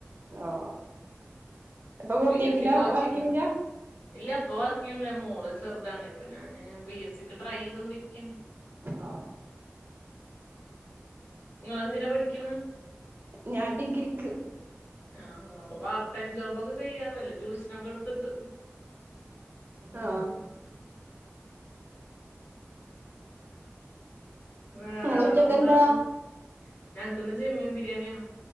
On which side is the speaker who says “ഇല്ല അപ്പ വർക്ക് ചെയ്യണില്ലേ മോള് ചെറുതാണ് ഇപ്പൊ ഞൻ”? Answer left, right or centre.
Left